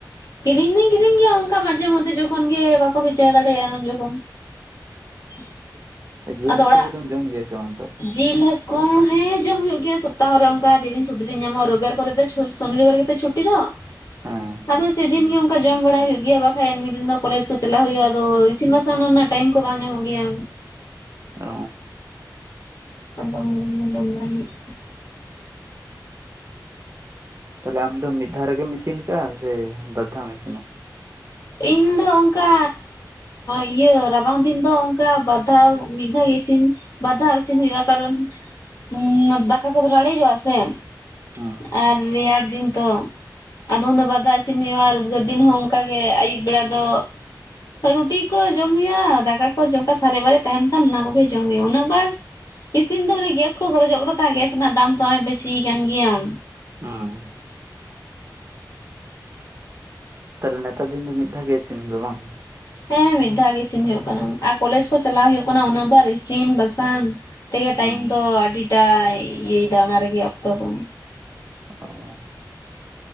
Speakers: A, on the left; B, on the right.
A: ᱠᱤᱨᱤᱧ ᱫᱩᱧ ᱠᱤᱨᱤᱧ ᱜᱮᱭᱟ, ᱚᱱᱠᱟ ᱢᱟᱡᱷᱮ ᱢᱚᱫᱽᱫᱷᱮ ᱡᱚᱠᱷᱚᱱ ᱜᱮ ᱵᱟᱠᱚ ᱵᱷᱮᱡᱟ ᱫᱟᱲᱮᱭᱟᱜᱼᱟ ᱩᱱ ᱡᱚᱠᱷᱚᱱ ᱾ <inaudible>
B: ᱡᱮᱞ
A: ᱟᱫᱚ
B: ᱩᱛᱩ
A: ᱚᱲᱟᱜ
B: ᱠᱚᱫᱚᱢ ᱡᱚᱢ ᱜᱮᱭᱟ ᱥᱮ ᱵᱟᱝ?
A: ᱡᱤᱞ ᱦᱟᱹᱠᱩ ᱦᱮᱸ ᱡᱚᱢ ᱦᱩᱭᱩᱜ ᱜᱮᱭᱟ ᱥᱚᱯᱛᱟ ᱦᱚᱨᱮ ᱚᱱᱠᱟ ᱡᱮᱫᱤᱱ ᱪᱷᱩᱴᱤ ᱫᱤᱱ ᱧᱟᱢᱚᱜᱼᱟ, ᱨᱚᱵᱤᱵᱟᱨ ᱠᱚᱨᱮ ᱫᱚ ᱥᱚᱱᱤ ᱨᱚᱵᱤᱵᱟᱨ ᱜᱮᱛᱚ ᱪᱷᱩᱴᱤ ᱫᱚ ᱾
B: ᱦᱮᱸ
A: ᱟᱫᱚ ᱥᱮᱫᱤᱱ ᱜᱮ ᱚᱱᱠᱟ ᱡᱚᱢ ᱵᱟᱲᱟ ᱦᱩᱭᱩᱜ ᱜᱮᱭᱟ ᱾ ᱵᱟᱠᱷᱟᱡ ᱮᱢᱱᱤ ᱫᱤᱱ ᱫᱚ ᱠᱚᱞᱮᱡᱽ ᱠᱚ ᱪᱟᱞᱟᱜ ᱦᱩᱭᱩᱜᱼᱟ, ᱟᱫᱚ ᱤᱥᱤᱱ ᱵᱟᱥᱟᱝ ᱱᱩᱱᱟᱹᱜ ᱴᱟᱭᱤᱢ ᱠᱚ ᱵᱟᱝ ᱧᱟᱢᱚᱜ ᱜᱮᱭᱟ ᱩᱱᱟᱹᱜ ᱾
B: ᱚ
A: ᱟᱫᱚ ᱡᱚᱢ ᱵᱟᱲᱟᱭ ᱦᱩᱭᱩᱜ
B: ᱛᱟᱦᱚᱞᱮ ᱟᱢ ᱫᱚ ᱢᱤᱫ ᱫᱷᱟᱣ ᱨᱮᱜᱮᱢ ᱤᱥᱤᱱ ᱟᱠᱟᱜᱼᱟ ᱥᱮ ᱵᱟᱨ ᱫᱷᱟᱣᱢ ᱤᱥᱤᱱᱟ?
A: ᱤᱧ ᱫᱚ ᱚᱱᱠᱟ ᱤᱭᱟᱹ ᱨᱟᱵᱟᱝ ᱫᱤᱱ ᱫᱚ ᱚᱱᱠᱟ ᱵᱟᱨ ᱫᱷᱟᱣ ᱢᱤᱫ ᱫᱷᱟᱣ ᱤᱥᱤᱱ ᱵᱟᱨ ᱫᱷᱟᱣ ᱤᱥᱤᱱ ᱦᱩᱭᱩᱜᱼᱟ, ᱠᱟᱨᱚᱱ ᱩᱸ ᱫᱟᱠᱟ ᱠᱚᱫᱚ ᱞᱟᱲᱮᱡᱚᱜᱼᱟ ᱥᱮ ᱾
B: ᱦᱩᱸ
A: ᱟᱨ ᱨᱮᱭᱟᱲ ᱫᱤᱱ ᱛᱚ, ᱟᱫᱚ ᱩᱱ ᱫᱚ ᱵᱟᱨ ᱫᱷᱟᱣ ᱤᱥᱤᱱ ᱦᱩᱭᱩᱜᱼᱟ, ᱟᱨ ᱩᱫᱽᱜᱟᱹᱨ ᱫᱤᱱ ᱦᱚᱸ ᱚᱱᱠᱟ ᱜᱮ ᱟᱹᱭᱩᱵ ᱵᱮᱲᱟ ᱫᱚ ᱨᱩᱴᱤ ᱠᱚ ᱡᱚᱢ ᱦᱩᱭᱩᱜᱼᱟ, ᱫᱟᱠᱟ ᱠᱚ ᱚᱱᱠᱟ ᱥᱟᱨᱮᱜ ᱵᱟᱨᱮᱜ ᱛᱟᱦᱮᱱ ᱠᱷᱟᱱ, ᱚᱱᱟ ᱠᱚᱜᱮ ᱡᱚᱢ ᱦᱩᱭᱩᱜᱼᱟ ᱩᱱᱟᱹᱜ ᱵᱟᱨ ᱤᱥᱤᱱ ᱫᱚ ᱢᱟᱱᱮ ᱜᱮᱥ ᱠᱚ ᱠᱷᱚᱨᱚᱡᱚᱜ ᱠᱟᱱᱟ ᱛᱚ, ᱜᱮᱥ ᱨᱮᱱᱟᱜ ᱫᱟᱢ ᱛᱚ ᱱᱚᱜ-ᱚᱭ ᱵᱮᱥᱤ ᱠᱟᱱ ᱜᱮᱭᱟ ᱾
B: ᱦᱩᱸ ᱾ ᱛᱟᱦᱚᱞᱮ ᱱᱮᱛᱟᱨ ᱫᱤᱱ ᱫᱚ ᱢᱤᱫ ᱫᱷᱟᱣ ᱜᱮ ᱤᱥᱤᱱ ᱦᱳᱭᱳᱜᱼᱟ ᱵᱟᱝ?
A: ᱦᱮᱸ ᱢᱤᱫ ᱫᱷᱟᱣ ᱜᱮ ᱤᱥᱤᱱ ᱦᱳᱭᱳᱜ ᱠᱟᱱᱟ, ᱟᱨ ᱠᱚᱞᱮᱡᱽ ᱠᱚ ᱪᱟᱞᱟᱜ ᱦᱩᱭᱩᱜ ᱠᱟᱱᱟ ᱩᱱᱟᱹᱜ ᱵᱟᱨ ᱤᱥᱤᱱ ᱵᱟᱥᱟᱝ ᱛᱮᱜᱮ ᱴᱟᱭᱤᱢ
B: ᱦᱩᱸ
A: ᱫᱚ, ᱟᱹᱰᱤᱴᱟ ᱤᱭᱟᱹᱭ ᱫᱟ ᱚᱱᱟ ᱨᱮᱜᱮ ᱚᱠᱛᱚ ᱫᱚ ᱾
B: ᱚ